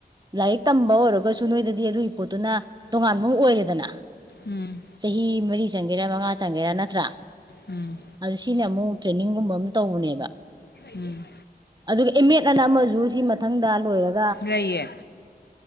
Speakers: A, on the right (about 25°); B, on the left (about 80°).
A: ꯂꯥꯏꯔꯤꯛ ꯇꯝꯕ ꯑꯣꯏꯔꯒꯁꯨ ꯅꯣꯏꯗꯗꯤ ꯑꯗꯨꯒꯤ ꯄꯣꯠꯇꯨꯅ ꯇꯣꯉꯥꯟꯕꯝ ꯑꯣꯏꯔꯦꯗꯅ
B: ꯎꯝ
A: ꯆꯍꯤ ꯃꯔꯤ ꯆꯪ ꯒꯦꯔꯥ ꯃꯉꯥ ꯆꯪꯒꯦꯔꯥ ꯅꯠꯇ꯭ꯔꯥ
B: ꯎꯝ
A: ꯑꯗꯨ ꯁꯤꯅ ꯑꯃꯨꯛ ꯇ꯭ꯔꯦꯅꯤꯡꯒꯨꯝꯕꯝ ꯇꯧꯕꯅꯦꯕ
B: ꯎꯝ
A: ꯑꯗꯨꯒ ꯑꯦꯃꯦꯠ ꯑꯅ ꯑꯃꯖꯨ ꯁꯤ ꯃꯊꯪꯗ ꯂꯣꯏꯔꯛ
B: ꯂꯩꯌꯦ